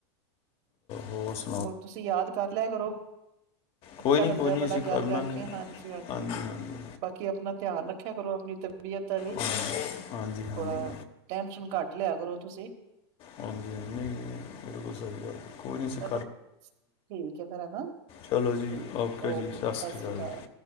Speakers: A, on the left (about 40°); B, on the right (about 45°).
A: ਹੋਰ ਸੁ
B: ਬ ਤੁਸੀ ਯਾਦ ਕਰ ਲਿਆ ਕਰੋ। ਅੱਛਾ
A: ਕੋਈ ਨਹੀਂ
B: ਲੱਗਦਾ
A: ਕੋਈ
B: ਏ
A: ਨਹੀਂ
B: ਬੜਾ
A: ਅਸੀਂ
B: ਗੱਲ
A: ਕਰ
B: ਕਰਕੇ
A: ਲਾਂਗੇ
B: ਹਾਂਜੀ-ਹਾਂਜੀ
A: ਹਾਂਜੀ ਹਾਂਜੀ
B: ਬਾਕੀ ਆਪਣਾ ਧਿਆਨ ਰੱਖਿਆ ਕਰੋ ਅਪਣੀ ਤ ਬੀਅਤ ਦਾ ਵੀ।
A: ਹਾਂਜੀ ਹਾਂਜੀ ਹਾਂਜੀ
B: ਥੋੜਾ ਟੈਂਨਸ਼ਨ ਘੱਟ ਲਿਆ ਕਰੋ ਤੁਸ
A: ਹਾਂਜੀ-ਹਾਂਜੀ, ਨਈ ਬਿਲਕੁਲ ਸਈ ਗੱਲ ਕੋਈ ਨੀ
B: ਚਲੋ ਠੀਕ ਏ ਫੇਰ ਹੈਨਾ।
A: ਚਲੋ ਜੀ
B: ਠੀਕ,
A: ਓਕੇ
B: ਔਕੇ
A: ਜੀ
B: ਸਤਿ
A: ਸ਼੍ਰੀ ਅਕਾਲ
B: ਸ੍ਰੀ ਕਾਲ।
A: ਜੀ